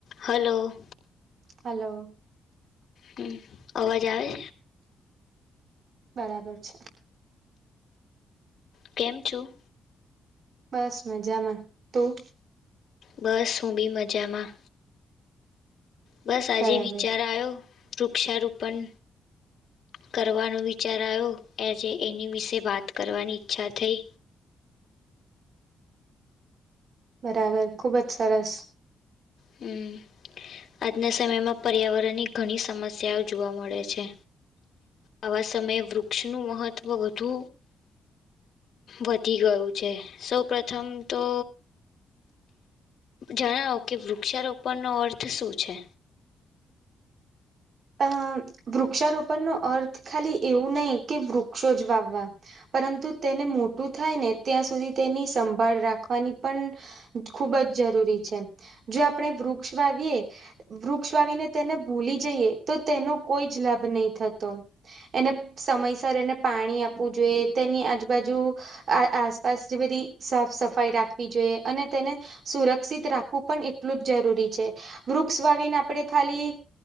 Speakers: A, on the left; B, on the right.
A: Hello.
B: Hello.
A: હમ અવાજ આવે?
B: બરાબર છે.
A: કેમ છો?
B: બસ મજામાં તું?
A: બસ હું બી મજામાં બસ આજે
B: બરાબર
A: વિચાર આયો વૃક્ષારોપણ કરવાનો વિચાર આયો આજે એની વિશે વાત કરવાની ઈચ્છા થઈ
B: બરાબર ખુબ જ સરસ
A: હમ. આજના સમયમાં પર્યાવરણની ઘણી સમસ્યાઓ જોવા મળે છે. આવા સમયે વૃક્ષનું મહત્ત્વ વધુ વધી ગયું છે, સૌ પ્રથમ તો જણાવો કે વૃક્ષારોપણનો અર્થ શું છે?
B: અ વૃક્ષારોપણ નો અર્થ ખાલી એવું નહી કે વૃક્ષો જ વાવવા પરંતુ તેને મોટું થાય ને ત્યાં સુધી તેની સંભાળ રાખવાની પણ ખુબ જ જરૂરી છે, જો આપણે વૃક્ષ વાવીએ વૃક્ષ વાવીવીને તેને ભૂલી જઈએ તો તેનો કોઈ જ લાભ નહીં થતો. એને સમયસર એને પાણી આપવું જોઈએ. તેની આજુબાજુ આ આસપાસ જે બધી સાફ સફાઈ રાખવી જોઈએ અને તેને સુરક્ષિત રાખવું પણ એટલું જ જરૂરી છે, વૃક્ષ વાવીને આપણે ખાલી